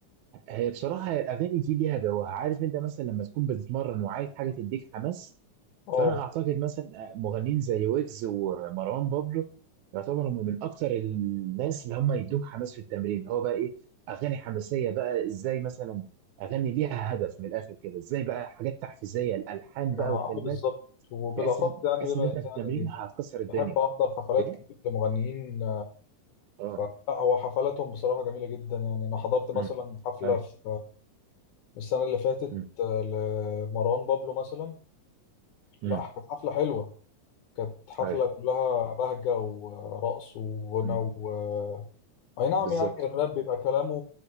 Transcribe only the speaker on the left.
اه
ما
آه
بالظبط وبالاخص
يعني
بما
اني
يعني
بحب احضر حفلات
كتير لمغنيين
ف- لا هو حفلاتهم بصراحه جميله جدا يعني انا حضرت مثلا
حفله
في السنه اللي فاتت
آه، لمروان بابلو مثلا
لا كانت حفله حلوه كانت حفله
كلها بهجه ورقص وغنى
و اي نعم
يعني الراب بيبقى كلامه